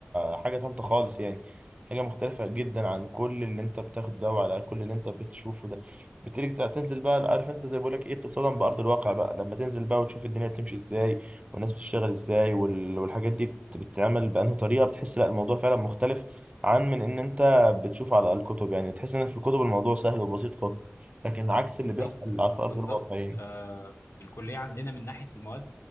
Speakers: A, on the right; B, on the left.
A: حاجه تالته خالص يعني حاجه مختلفه جدا عن كل اللي انت بتاخده ده وعلى كل اللي انت بتشوفه ده بتيجي تنزل بقى عارف انت زي بقول لك ايه بتتصدم بارض الواقع بقى لما تنزل بقى وتشوف الدنيا بتمشي ازاي والناس بتشتغل ازاي وال- والحاجات دي بت- بتتعمل بانهي طريقه بتحس لا الموضوع فعلا مختلف عن من ان انت بتشوف على الكتب يعني تحس ان في الكتب الموضوع سهل وبسيط خالص لكن عكس اللي
B: بالظبط
A: بيحصل على ارض
B: بالظبط
A: الواقع يعني
B: آه الكلية عندنا من ناحية المواد